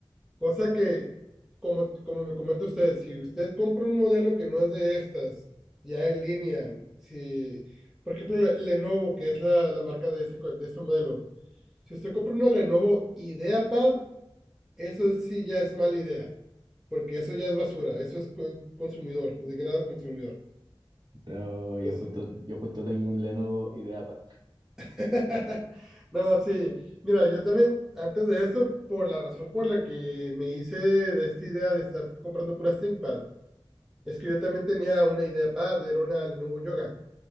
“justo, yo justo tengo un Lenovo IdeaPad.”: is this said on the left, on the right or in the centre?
Right